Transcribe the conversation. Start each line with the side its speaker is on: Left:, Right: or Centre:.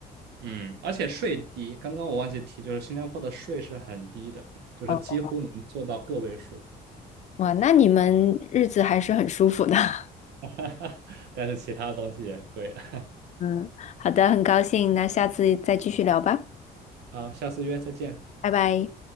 Right: 嗯，而且税低，刚刚我忘记提，就是新加坡的税是很低的，就是几乎能做到个位数，
Left: 哦，哇，那你们日子还是很舒服的。<laughs>
Right: <laughs> 但是其他东西也贵。<laughs>
Left: 嗯，好的，很高兴，那下次再继续聊吧，
Right: 好，下次约，再见。
Left: 拜拜。